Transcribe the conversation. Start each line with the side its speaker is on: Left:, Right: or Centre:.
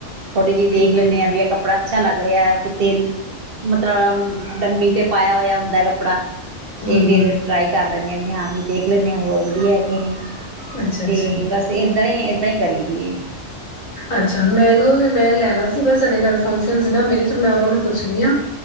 Right: ਥੋੜੇ ਜਿ ਦੇਖ
Left: ਹੂੰ ਹੂੰ
Right: ਲੈਂਦੇ ਹਾਂ ਵੀ ਕੱਪੜਾ ਅੱਛਾ ਲੱਗ ਦਰਿਆਵ ਦੇ ਤਿਲ਼ ਮਤਲਬ ਡੰਮੀ ਤੇ ਪਾਇਆ ਹੋਇਆ ਪਾਉਂਦਾ ਕੱਪੜਾ
Left: ਹੂੰ
Right: ਤੇ ਫੇਰ
Left: ਹੂੰ
Right: ਟਰਾਈ ਕਰ ਲੈਂਦੇ ਆਾ ਵੀ ਹਾਂ ਵੀ ਦੇਖ ਲੈਂਨੇ ਹੋਰ ਵਧੀਆ ਕ ਨਹੀਂ
Left: ਅੱਛਾ ਅੱਛਾ।
Right: ਤੇ ਬਸ ਇਏਧਰ ਕਰੀ ਦੀਏ
Left: ਅੱਛਾ ਮੈਨੂੰ ਵੀ ਮੈਂ ਲੈਣਾ ਸੀ ਬਸ ਤਾਡੇ ਘਰ ਫੰਕਸ਼ਨ ਸੀ ਨਾ ਮੈਂ ਕਿਹਾ ਉਹਨਾ ਨੂੰ ਪੁੱਛਣੀ ਆ